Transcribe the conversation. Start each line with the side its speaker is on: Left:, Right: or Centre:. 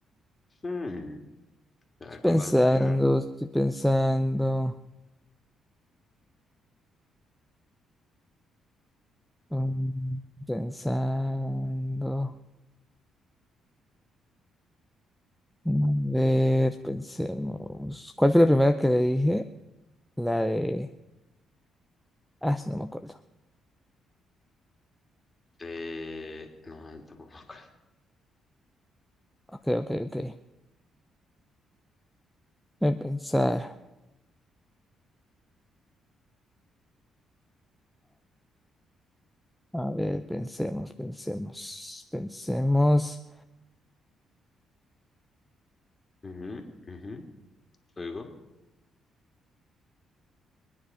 Left: Hmm, A
Centre: estoy
Left: ver, ¿cuál
Centre: pensando,
Left: va a tirar?
Centre: estoy pensando. mm, Pensando. A ver, pensemos. ¿Cuál fue la primera que le dije? La de. Ah, no me acuerdo.
Left: Eh, no, no, tampoco me acuerdo.
Centre: Ok, ok, ok. Voy a pensar. A ver, pensemos, pensemos, pensemos.
Left: Ujú, ujú. Oigo.